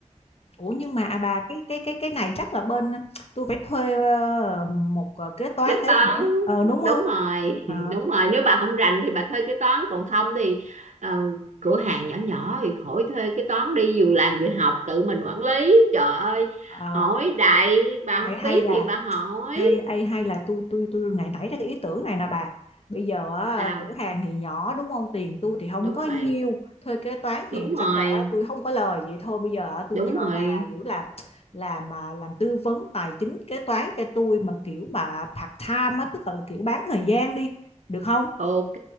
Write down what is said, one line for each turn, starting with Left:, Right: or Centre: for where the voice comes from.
Left: Ủa nhưng mà à bà cái cái cái cái này chắc là bên ờ, tôi phải thuê ờ, một ờ, kế toán
Right: cái
Left: để,
Right: toán
Left: để ờ, đúng
Right: đúng
Left: không?
Right: rồi
Left: Ờ,
Right: đúng rồi nếu bà không rành thì bà thuê cái toán còn không thì ờ, cửa hàng nhỏ nhỏ thì khỏi thuê cái toán đi vừa làm vừa học tự mình quản lý trời ơi
Left: ờ,
Right: hỏi đại bà
Left: hay
Right: không
Left: hay
Right: biết
Left: là
Right: thì bà hỏi
Left: Ê, ê, hay là tôi tôi tôi ngày nảy ra cái ý tưởng này nè bà bây giờ á,
Right: sao
Left: cửa hàng thì nhỏ đúng không tiền tôi thì không
Right: đúng
Left: có
Right: rồi
Left: nhiêu thuê kế toán thì
Right: đúng
Left: chắc
Right: rồi
Left: là tôi không có lời vậy thôi bây giờ tôi
Right: đúng
Left: nhờ
Right: rồi
Left: bà kiểu là làm mà làm tư vấn tài chính kế toán cho tôi mà kiểu mà part time á tức là kiểu bán thời gian đi được không
Right: ok